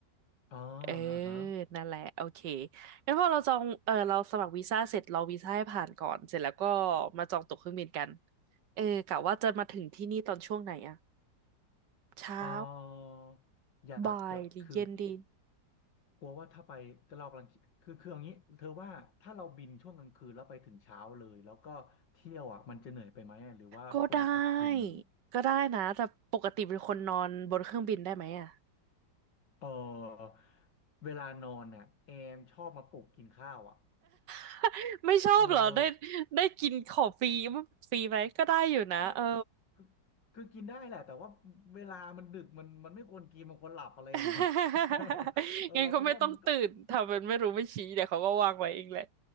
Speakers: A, on the left; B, on the right.
A: อ๋ออ่าฮะ
B: เออนั่นแหละโอเคงั้นพอเราจองเออเราสมัครวีซ่าเสร็จรอวีซ่าให้ผ่านก่อนเสร็จแล้วก็มาจองตั๋วเครื่องบินกันเออกะว่าจะมาถึงที่นี่ตอนช่วงไหนอะเช้า
A: เอออยากจะคือ
B: บ่ายหรือเย็นดี
A: กลัวว่าถ้าไปก็เรากำลังคิดคือคืออย่างนี้เธอว่าถ้าเราบินช่วงกลางคืนแล้วไปถึงเช้าเลยแล้วก็เที่ยวอ่ะมันจะเหนื่อยไปไหมหรือว่าควรไปพักคืนหนึ่ง
B: ก็ได้ก็ได้นะ แต่ปกติเป็นคนนอนบนเครื่องบินได้ไหมอะ
A: เออเวลานอนเนี่ยแอมชอบมาปลุกกินข้าวอ่ะ
B: <laughs> ไม่ชอบเหรอได้
A: เออ
B: ได้กินของฟรีฟรีไหมก็ได้อยู่นะเออ
A: ไม่คือคือกินได้แหละแต่ว่าเวลามันดึกมันมันไม่ควรกินมันควรหลับอะไรอย่างเงี้ย
B: <laughs>
A: <laughs> เออเราก็เลยว่ามันก็
B: งั้นก็ไม่ต้องตื่นทำเป็นไม่รู้ไม่ชี้เดี๋ยวเขาก็วางไว้เองแหละ